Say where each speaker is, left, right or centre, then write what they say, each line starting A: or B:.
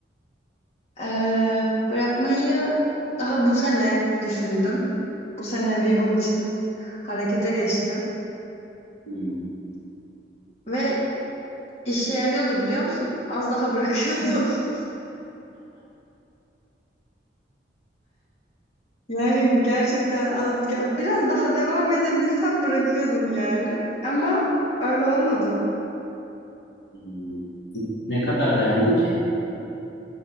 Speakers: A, on the left; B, on the left.
A: Ee, bırakmayı daha bu sene düşündüm. Bu sene bir bunun için harekete geçtim.
B: Hmm,
A: Ve işe yarıyordu biliyor musun? Az daha bırakıyordum. <laughs> Yani gerçekten az ge- biraz daha devam edebilsem bırakıyordum yani. Ama öyle olmadı.
B: hmm. Ne kadar dayandın ki?